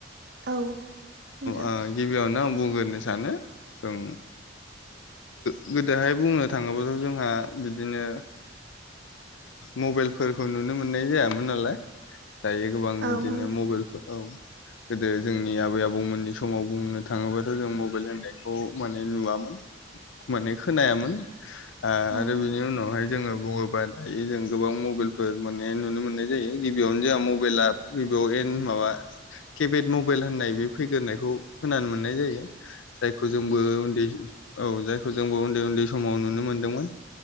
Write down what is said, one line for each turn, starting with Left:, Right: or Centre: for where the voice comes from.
Right: औ नोंथां
Left: आ गिबियावनो आं बुंग्रोनो सानो जों औ गोदोहाय बुंनो थाङोब्लाथ' जोंहा बिदिनो मबाइलफोरखौ नुनो मोननाय जायामोन नालाय दायो गोबां
Right: औ
Left: बिदिनो
Right: नोंथां
Left: मबाइलफोर औ गोदो जोंनि आबै आबौमोननि समाव बुंनो थाङोबाथ' जों मबाइल होननायखौ माने नुवामोन माने खोनायामोन आरो
Right: औ नोंथां
Left: बिनि उनावहाय जोङो बुङोबा दायो जों गोबां मबाइलफोर माने नुनो मोननाय जायो गिबियावनो जोंहा मबाइलआ बेयहाव माबा केपेड मबाइल होननाय बे फैग्रोनायखौ खोनानो मोननाय जायो जायखौ जोंबो उन्दै औ जायखौ खौ जोंबो उन्दै-उन्दै समाव नुनो मोनदोंमोन